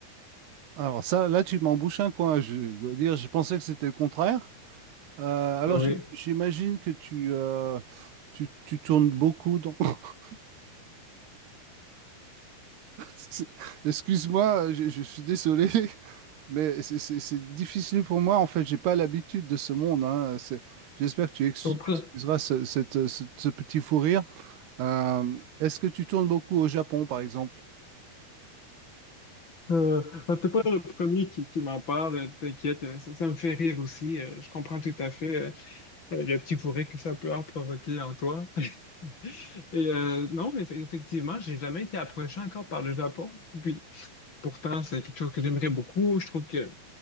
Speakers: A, on the right; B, on the left.
A: Alors ça, là, tu m'embouches un coin. Je, je dois dire, je pensais que c'était le contraire. Euh, alors
B: Oui,
A: j'im- j'imagine que tu, euh, tu, tu tournes beaucoup dans... <laughs> C'est- Excuse-moi, je, je suis désolé, <laughs> mais c'est c'est- c'est difficile pour moi. En fait, j'ai pas l'habitude de ce monde. hein. C'est- J'espère que tu ex-
B: je comprends.
A: excuseras ce, cette- ce- ce petit fou rire. Euh, est-ce que tu tournes beaucoup au Japon, par exemple?
B: Euh, c'est pas le premier qui, qui m'en parle, euh, t'inquiète, euh, ça, ça me fait rire aussi, euh, je comprends tout à fait. euh, le petit bourré que ça peut avoir provoqué en toi. <laughs> Et euh, non, eff- effectivement, j'ai jamais été approché encore par le Japon. Puis, pourtant, c'est quelque chose que j'aimerais beaucoup. Je trouve que